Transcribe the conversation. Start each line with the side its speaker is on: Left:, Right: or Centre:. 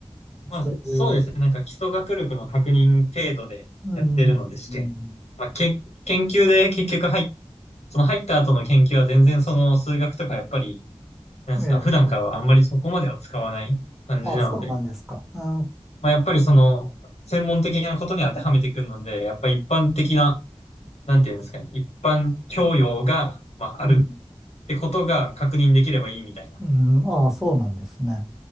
Left: まあ、
Centre: そういう、
Left: そうですね。なんか基礎学力の確認程度でやってるので、
Centre: うん、うん
Left: 試験。まあ、けん、研究で結局入っ、その入った後の研究は全然その数学とかやっぱり、なんですか、
Centre: ええ、
Left: 普段からはあんまりそこまでは使わない感じなので、
Centre: あ、そうなんですか。あ、
Left: まあ、やっぱりその、専門的なことに当てはめてくるので、やっぱり一般的な、なんていうんですかね、一般教養が、まあ、
Centre: うん、
Left: あるってことが確認できればいいみたいな。
Centre: うん、あ、そうなんですね。